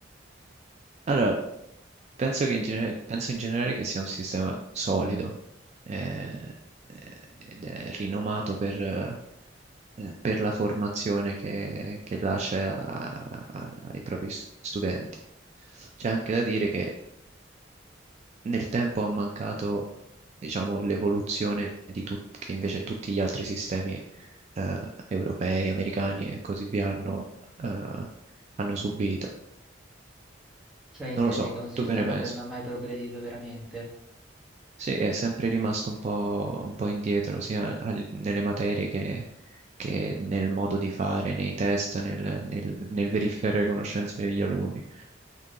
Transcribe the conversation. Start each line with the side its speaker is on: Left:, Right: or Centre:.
Right: Allora, penso che in genere- penso in generale che sia un sistema solido eh, eh, ed è rinomato per, eh, per la formazione che, che lascia a- a- ai propri s- studenti. C'è anche da dire che nel tempo ha mancato, diciamo, l'evoluzione di tut- che invece tutti gli altri sistemi eh, europei, americani e così via hanno eh, hanno subito.
Centre: Cioè, intendi
Right: Non lo so,
Centre: che è un sistema
Right: tu che ne pensi?
Centre: che non ha mai progredito veramente?
Right: Sì, è sempre rimasto un po', un po' indietro, sia al- nelle materie che, che nel modo di fare, nei test, nel, nel- nel verificare le conoscenze degli alunni.